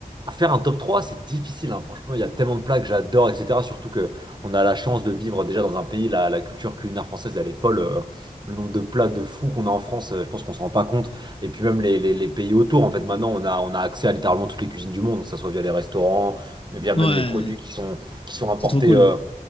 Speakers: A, on the right; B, on the left.
A: faire un top 3, c'est difficile, hein, franchement, il y a tellement de plats que j'adore, etc. Surtout que on a la chance de vivre déjà dans un pays, la, la culture culinaire française, elle est folle. euh, le nombre de plats de fous qu'on a en France, euh, je pense qu'on se rend pas compte. Et puis même les, les- les pays autour, en fait, maintenant, on a, on a accès à littéralement toutes les cuisines du monde, que ce soit via les restaurants, via même
B: Ouais,
A: les produits qui sont, qui sont importés
B: c'est trop cool.
A: euh,